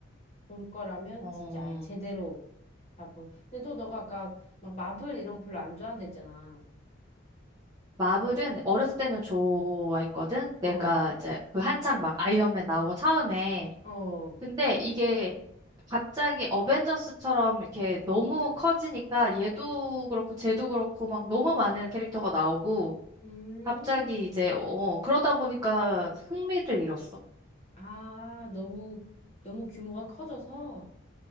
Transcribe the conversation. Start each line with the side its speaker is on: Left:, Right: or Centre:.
Left: 볼 거라면
Right: 어,
Left: 진짜 아예 제대로 다 본. 근데 또 너가 아까 막 마블 이런 거 별로 안 좋아한다 했잖아.
Right: 마블은 어렸을 때는 좋아했거든?
Left: 어,
Right: 내가 이제 그 한창 막 아이언맨 나오고 처음에
Left: 어,
Right: 근데 이게 갑자기 어벤져스처럼 이렇게 너무 커지니까 얘도 그렇고 쟤도 그렇고 막 너무 많은 캐릭터가 나오고
Left: 음,
Right: 갑자기 이제 어 어, 그러다 보니까 흥미를 잃었어.
Left: 아, 너무, 너무 규모가 커져서,